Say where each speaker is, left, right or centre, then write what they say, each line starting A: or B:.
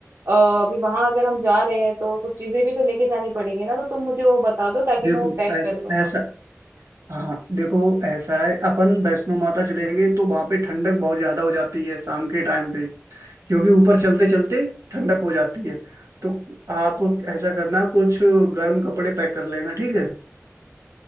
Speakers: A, on the right (about 65°); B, on the right (about 80°).
A: अ, अभी वहां अगर हम जा रहे हैं तो कुछ चीजें भी तो लेके जानी पड़ेगी ना तो तुम मुझे वो बता दो ताकि
B: देखो
A: मैं वो पैक
B: ऐसा
A: कर लूँ
B: ऐसा हाँ देखो ऐसा है अपन वैष्णो माता चलेंगे तो वहां पे ठंडक बहुत ज्यादा हो जाती है शाम के टाइम पे क्योंकि ऊपर चलते चलते ठंडक हो जाती है तो आप ऐसा करना कुछ गर्म कपड़े पैक कर लेना ठीक है